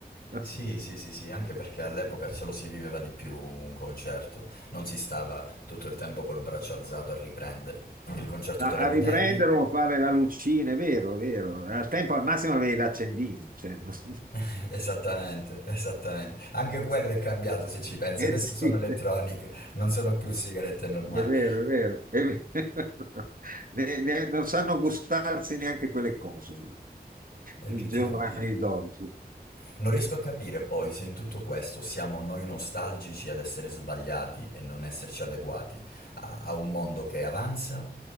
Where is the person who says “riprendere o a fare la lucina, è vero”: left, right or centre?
Right